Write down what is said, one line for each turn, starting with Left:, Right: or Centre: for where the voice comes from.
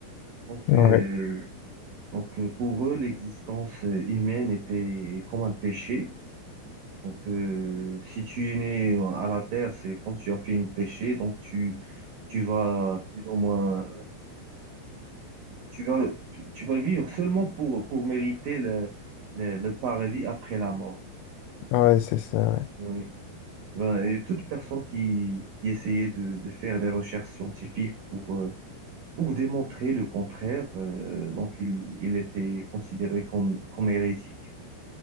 Right: Donc,
Left: Ouais.
Right: euh, donc euh, pour eux, l'existence euh, humaine était comme un péché. Donc, euh, si tu es né à la terre, c'est quand tu as fait une péché, donc tu, tu vas plus ou moins, tu vas, tu, tu vas vivre seulement pour, pour mériter le, le, le paradis après la mort.
Left: Ouais, c'est ça. ouais.
Right: Oui. Ben, Et toute personne qui, qui essayait de, de faire des recherches scientifiques pour, euh, pour démontrer le contraire, euh, donc il, il était considéré comme, comme hérétique.